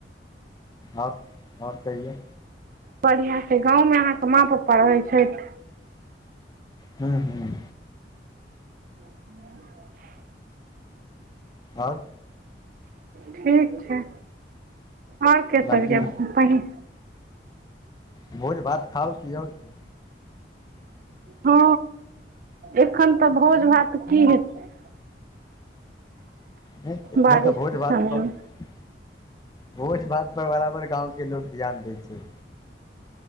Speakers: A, on the left; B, on the right.
A: आओर आओर कहियो
B: बढ़िया छै गाँवमे अहाँकेँ माँ पपा रहैत छैथ।
A: हुँ - हुँ
B: <inaudible>
A: आओर
B: ठीक छै आओर केँ
A: बाँकी
B: सब य पहि
A: भोज भात खाउ की आओर की
B: हँ एखन तऽ भोज भात की हेतै
A: नय -
B: बारिश
A: नय तऽ
B: के
A: भोज भात
B: समय
A: कऽ
B: मे
A: भोज भात पर बराबर गाँव केँ लोक ध्यान दै छैय।